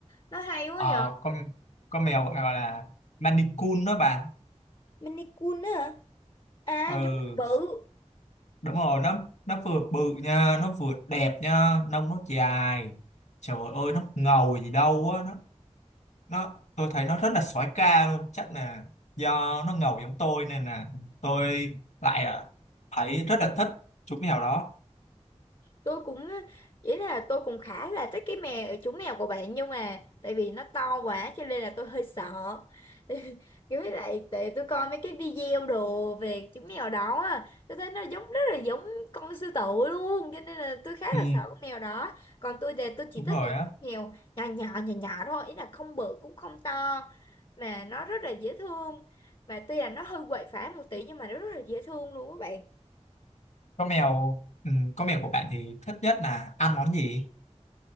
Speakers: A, on the left; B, on the left.
A: Nó hay quá
B: Ờ,
A: vậy?
B: con con mèo gọi là Maine đó bạn
A: Maine Coon á hả? À
B: ừ
A: giống mèo bự.
B: đúng rồi nó nó vừa bự nha nó vừa đẹp nha nông nó dài trời ơi nó ngầu gì đâu á nó nó tôi thấy nó rất là soái ca luôn chắc là do nó ngầu giống tôi nên là tôi lại ờ, thấy rất là thích chú mèo đó
A: tôi cũng ý là tôi cũng khá là thích cái mèo chú mèo của bạn nhưng mà tại vì nó to quá cho nên là tôi hơi sợ <laughs> kiểu với lại tại tôi coi mấy cái video đồ về chú mèo đó á, tôi thấy nó giống rất là giống con sư tử luôn cho nên là tôi khá
B: ừ
A: là sợ con mèo đó còn tôi thì tôi chỉ
B: đúng
A: thích
B: rồi
A: những
B: á
A: con mèo nhỏ nhỏ nhỏ nhỏ thôi ý là không bự cũng không to mà nó rất là dễ thương mà tuy là nó hơi quậy phá một tí nhưng mà nó rất là dễ thương luôn các bạn
B: con mèo ừ, con mèo của bạn thì thích nhất là ăn món gì